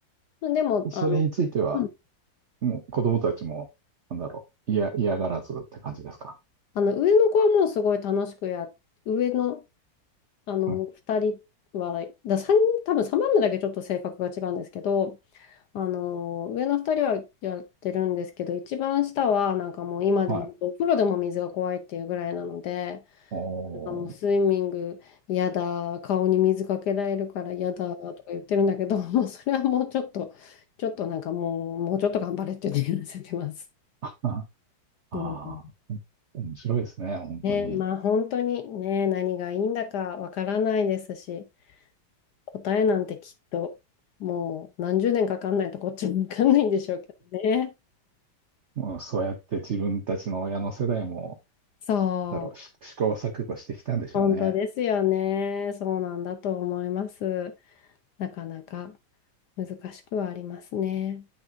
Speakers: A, on the left; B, on the right.
A: でも、
B: あ、それについては、
A: あの、うん
B: もう子供たちも、なんだろう、嫌、嫌がらずって感じですか。
A: あの上の子はもうすごい楽しくや上のあの、
B: はい。
A: 二人は、だ三んにん多分サ番目だけちょっと性格が違うんですけど、あの、上の二人はやってるんですけど、一番下はなんかもう今でもお風呂でも水が怖いっていうぐらいなので、
B: はい。おー。
A: なんかもうスイミング嫌だ、顔に水かけられるから嫌だとか言ってるんだけど、<laughs> もうそれはもうちょっと、ちょっとなんかもう、もうちょっと頑張れって言ってわせてます。
B: あ、あー、
A: うん。
B: 面白いですね、本当に。
A: ね、まあ本当にね、何がいいんだかわからないですし。答えなんてきっともう何十年かかんないとこっちもわかんないんでしょうけどね。
B: もうんそうやって自分たちの親の世代も、
A: そう、
B: なんだろう、し試行錯誤してきたんでしょうね。
A: 本当ですよね。そうなんだと思います。なかなか難しくはありますね。